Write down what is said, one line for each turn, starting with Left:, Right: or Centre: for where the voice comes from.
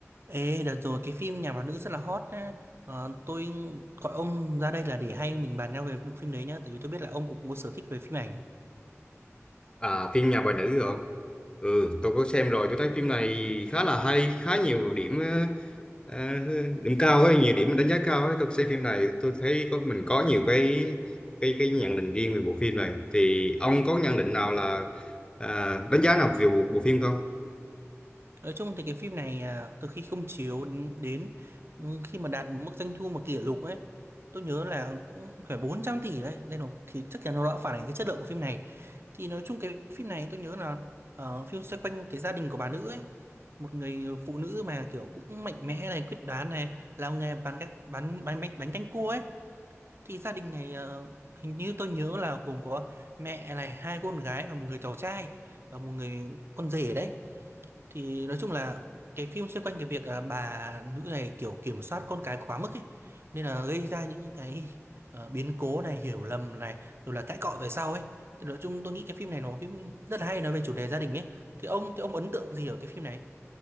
Right: Ê, đợt rồi cái phim Nhà bà nữ rất là hot nhá. Ờ, tôi gọi ông ra đây là để hay mình bàn nhau về bộ phim đấy nhá, tại vì tôi biết là ông cũng có sở thích về phim ảnh.
Left: À, phim nhà bà nữ rồi. Ừ, tôi có xem rồi, tôi thấy phim này khá là hay, khá nhiều điểm ờ, ờ, điểm cao ấy, nhiều điểm đánh giá cao ấy. Tôi xem phim này, tôi thấy có mình có nhiều cái cái cái nhận định riêng về bộ phim này. Thì ông có nhận định nào là à, đánh giá nào về bộ, bộ phim không?
Right: Nói chung thì cái phim này à, từ khi không chiếu đến, đến ừ, khi mà đạt mức doanh thu mà kỷ lục ấy, tôi nhớ là cũng phải 400 tỷ đấy. Đây là thì chắc chắn nó đã phản ánh cái chất lượng của phim này. Thì nói chung cái phim này tôi nhớ là ờ, phim xoay quanh cái gia đình của bà nữ ấy, một người phụ nữ mà kiểu cũng mạnh mẽ này, quyết đoán này, làm nghề bán bánh bánh bánh bánh canh cua ấy Thì gia đình này ờ, hình như tôi nhớ là gồm có mẹ này, hai con gái và một người cháu trai và một người con rể đấy. Thì nói chung là cái phim xoay quanh cái việc à, bà nữ này kiểu kiểm soát con cái quá mức ấy nên là gây ra những cái ờ, biến cố này, hiểu lầm này rồi là cãi cọ về sau ấy. Thì nói chung tôi nghĩ cái phim này nó phim rất là hay nói về chủ đề gia đình ấy. Thì ông thì ông ấn tượng gì ở cái phim này?